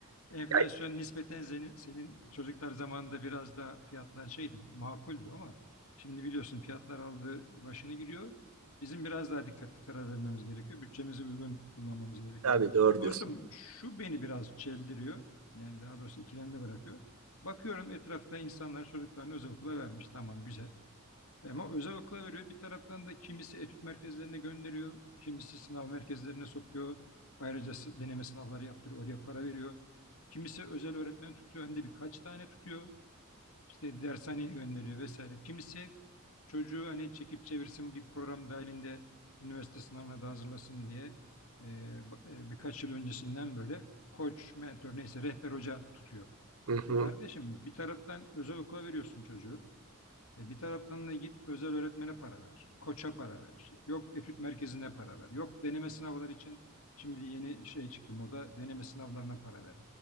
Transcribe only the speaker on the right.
Ya,
tabii doğru
diyorsun.
Hı hı.